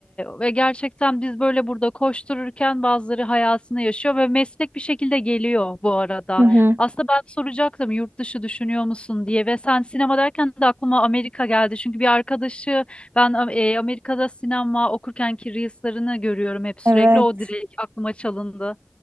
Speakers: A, on the left (about 25°); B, on the right (about 55°).
A: ve gerçekten biz böyle burada koştururken bazıları hayatını yaşıyor ve meslek bir şekilde geliyor bu arada.
B: Hı hı.
A: Aslında ben soracaktım yurt dışı düşünüyor musun diye ve sen sinema derken de aklıma Amerika geldi. Çünkü bir arkadaşı ben Am- e, Amerika'da sinema okurkenki reels'larını görüyorum hep sürekli.
B: evet.
A: O direkt aklıma çalındı.